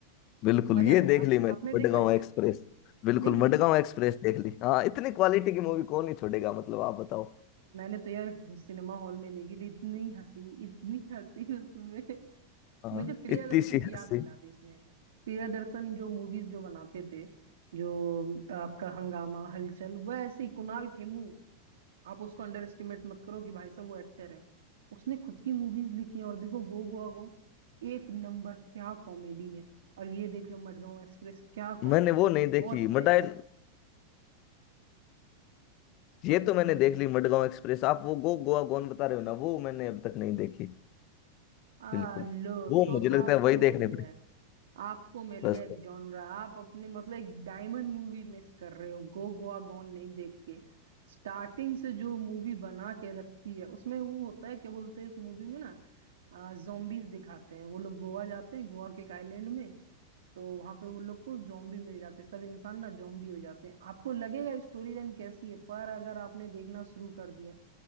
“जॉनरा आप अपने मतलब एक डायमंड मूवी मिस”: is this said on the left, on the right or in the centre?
Right